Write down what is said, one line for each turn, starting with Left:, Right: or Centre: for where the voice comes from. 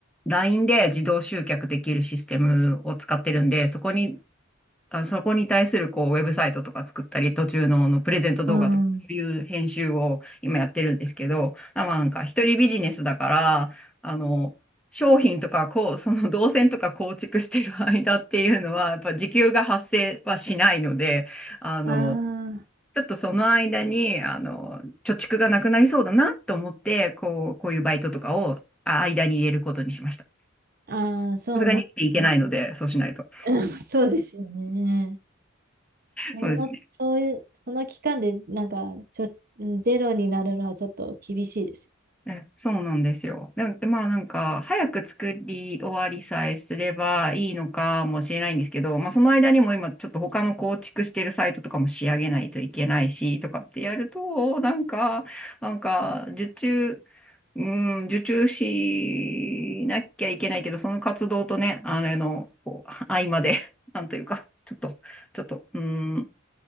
Centre: LINE で自動集客できるシステムを使ってるんで、そこに、あ、そこに対するこう、ウェブサイトとか作ったり、途中の、あのプレゼント動画とか、
Right: うん。
Centre: そういう編集を今やってるんですけど、あまあなんか一人ビジネスだから、あの、商品とか、こう、その動線とか構築してる間っていうのは、やっぱ時給が発生はしないので、あの、
Right: ああ、
Centre: ちょっとその間に、あの、貯蓄がなくなりそうだなと思って、こう、こういうバイトとかをあ間に入れることにしました。
Right: ああ、そうなんですね。
Centre: さすがに生きていけないので、そうしないと。
Right: <laughs> そうですよね。その、
Centre: そうです。
Right: そういう、その期間でなんかちょ、ゼロになるのはちょっと厳しいです。
Centre: え、そうなんですよ。で、でまあなんか、早く作り終わりさえすればいいのかもしれないんですけど、まあその間にも今ちょっと他の構築してるサイトとかも仕上げないといけないし、とかってやると、なんか、なんか、受注、うん、受注しなきゃいけないけど、その活動とね、あれの、こう、合間で、<laughs> なんというか、ちょっと、ちょっと、うん、